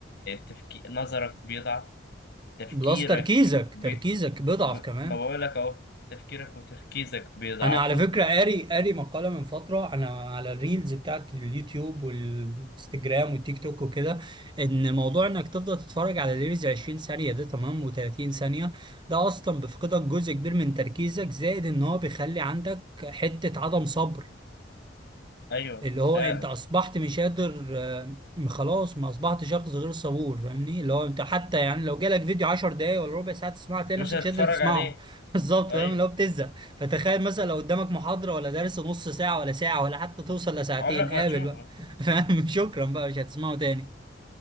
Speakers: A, on the left; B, on the right.
A: تفكير نظرك بيضعف تفكيرك
B: بلس تركيزك
A: بي...
B: تركيزك بيضعف
A: ب...
B: كمان
A: ما بقول لك اهو تفكيرك وتركيزك بيضعفوا
B: انا على فكره قاري قاري مقاله من فتره انا على الريلز بتاعت اليوتيوب والانستجرام والتيك توك وكده ان موضوع انك تفضل تتفرج على ريلز 20 ثانيه ده تمام و30 ثانيه ده اصلا بيفقدك جزء كبير من تركيزك زائد ان هو بيخلي عندك حته عدم صبر
A: ايوه
B: اللي هو
A: فعلا
B: انت اصبحت مش قادر آه، خلاص ما اصبحت شخص غير صبور فاهمني اللي هو انت حتى يعني لو جالك فيديو 10 دقايق ولا ربع ساعه تسمعه تلاقي
A: مش
B: نفسك
A: هتتفرج
B: مش قادر تسمعه
A: عليه
B: <laughs> بالظبط
A: ايوه
B: فاهم اللي هو بتزهق فتخيل مثلا لو قدامك محاضره ولا درس نص ساعه ولا ساعه ولا حتى توصل لساعتين
A: عمرك
B: قابل
A: ما هتشوفه
B: بقى <laughs> فاهم شكرا بقى مش هتسمعه تاني